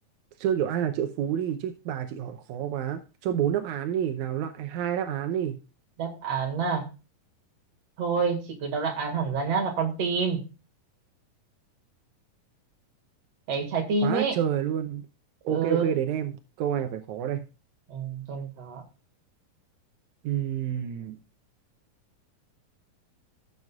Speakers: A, on the right (about 75°); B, on the right (about 50°).
A: chơi kiểu ai là triệu phú đi chứ bà chị hỏi khó quá cho bốn đáp án đi nào loại hai đáp án đi
B: đáp án à thôi chị cứ đọc đáp án hẳn ra nhá là con tim cái trái tim
A: quá
B: ấy
A: là trời luôn
B: ừ,
A: ok ok đến em câu này phải khó đây
B: ừ con có
A: Ừm,